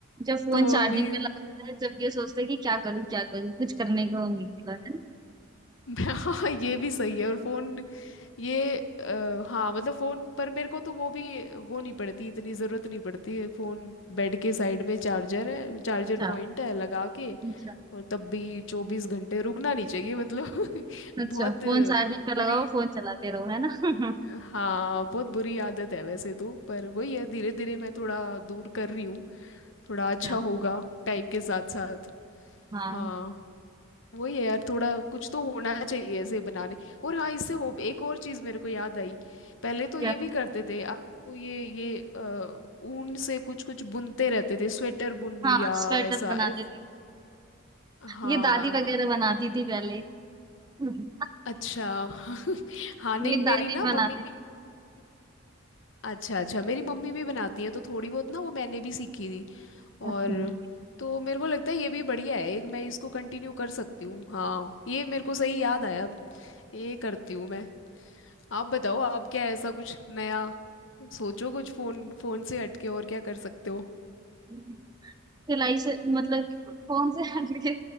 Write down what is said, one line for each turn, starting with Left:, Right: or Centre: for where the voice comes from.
Right: जब फोन
Left: तो
Right: चार्जिंग
Left: अभी
Right: पे लगाता है जब ये सोचते हैं कि क्या करूँ क्या करूँ कुछ करने को नहीं होता है ना?
Left: <laughs> हाँ ये भी सही है और फोन ये आ, हाँ मतलब फोन पर मेरे को तो वो भी वो नहीं पड़ती इतनी जरूरत नहीं पड़ती है फोन बेड के साइड में चार्जर है चार्जर
Right: अच्छा
Left: पॉइंट है लगा के
Right: अच्छा
Left: और तब भी चौबीस घंटे रुकना नहीं चाहिए मतलब
Right: अच्छा
Left: <laughs> बहुत
Right: फोन चार्जिंग पे
Left: बुरी
Right: लगाओ फोन चलाते रहो है ना <laughs>
Left: हाँ बहुत बुरी आदत है वैसे तो पर वही है धीरे धीरे मैं थोड़ा दूर कर रही हूँ थोड़ा अच्छा
Right: अच्छा
Left: होगा टाइम के साथ साथ
Right: हाँ
Left: हाँ वही है यार थोड़ा कुछ तो होना चाहिए ऐसे बनाने और हाँ इससे हो एक और चीज मेरे को याद आई पहले तो
Right: क्या
Left: ये भी करते थे आपको ये ये अ, ऊन से कुछ कुछ बुनते रहते थे स्वेटर बुन
Right: हाँ
Left: लिया
Right: स्वेटर
Left: ऐसा
Right: बनाते
Left: ऐसा हाँ
Right: ये दादी वगैरह बनाती थी पहले हम्म।
Left: अच्छा हाँ नहीं
Right: मेरी
Left: मेरी
Right: दादी
Left: ना
Right: बनाती
Left: मम्मी
Right: थी
Left: भी अच्छा अच्छा मेरी मम्मी भी बनाती है तो थोड़ी बहुत ना वो मैंने भी सीखी थी
Right: अच्छा
Left: और तो मेरे को लगता है ये भी बढ़िया है एक मैं इसको कंटिन्यू कर सकती हूँ हाँ ये मेरे को सही याद आया ये करती हूँ मैं आप बताओ आप क्या ऐसा कुछ नया सोचो कुछ फोन फोन से हटके और क्या कर सकते हो
Right: हम्म। सिलाई से मतलब कौन से हटके